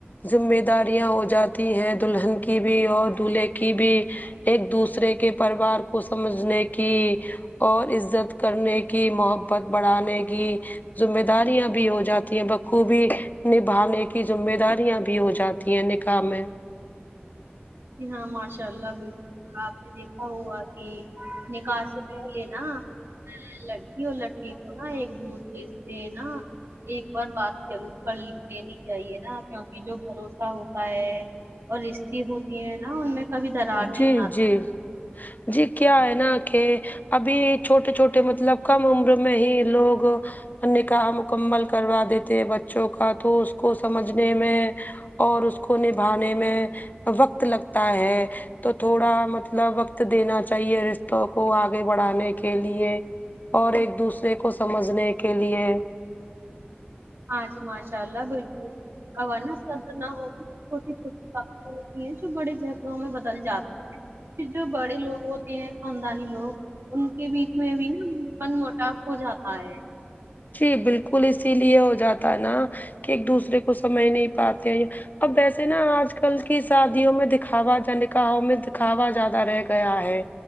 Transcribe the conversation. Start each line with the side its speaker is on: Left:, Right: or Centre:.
Left: ذمہ داریاں ہو جاتی ہیں دلہن کی بھی اور دولہے کی بھی ایک دوسرے کے پر وار کو سمجھنے کی اور عزت کرنے کی محبت بڑھانے کی ذمہ داریاں بھی ہو جاتی ہیں بخوبی نبھانے کی ذمہ داریاں بھی ہو جاتی ہیں نکاح میں
Right: جی ہاں ماشاء اللہ بالکل آپ نے دیکھا ہوا کہ نکاح سے پہلے نا لڑکی اور لڑکے کو نا ایک دوسرے سے نا ایک بار بات ضرور کر لینی چاہیے نا کیونکہ جو بھروسہ ہوتا ہے اور رشتے ہوتے ہیں نا ان میں کبھی درار نہیں
Left: جی
Right: آتی
Left: جی جی کیا ہے نا کہ ابھی چھوٹے چھوٹے مطلب کم عمر میں ہی لوگ نکاح مکمل کروا دیتے ہیں بچوں کا تو اس کو سمجھنے میں اور اس کو نبھانے میں وقت لگتا ہے تو تھوڑا مطلب وقت دینا چاہیے رشتوں کو آگے بڑھانے کے لیے اور ایک دوسرے کو سمجھنے کے لیے
Right: ہاں جی ماشاء اللہ بالکل ہو نا سب نہ ہوگ چھوٹی چھوٹی باتیں ہو تی ہیں جو بڑے جھگڑوں میں بدل جاتی ہیں پھر جو بڑے لوگ ہوتے ہیں خاندانی لوگ ان کے بیچ میں بھی نا من موٹاپ ہو جاتا ہے
Left: جی بالکل اسی لیے ہو جاتا ہے نا کہ ایک دوسرے کو سمجھ نہیں پاتے اب ویسے نا آج کل کی شادیوں میں دکھاوا کا نکاحوں میں دکھاوا زیادہ رہ گیا ہے